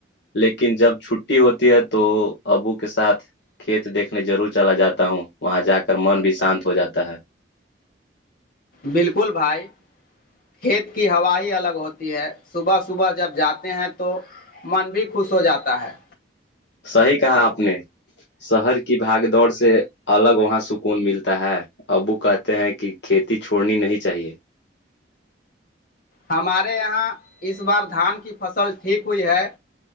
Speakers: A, on the left; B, on the left.
A: لیکن جب چھٹی ہوتی ہے تو ابو کے ساتھ کھیت دیکھنے ضرور چلا جاتا ہوں وہاں جا کر من بھی شانت ہو جاتا ہے
B: بالکل بھائی کھیت کی ہوا ہی الگ ہوتی ہے صبح صبح جب جاتے ہیں تو من بھی خوش ہو جاتا ہے
A: صحیح کہا آپ نے شہر کی بھاگ دوڑ سے الگ وہاں سکون ملتا ہے ابو کہتے ہیں کہ کھیتی چھوڑنی نہیں چاہیے
B: ہمارے یہاں اس بار دھان کی فصل ٹھیک ہوئی ہے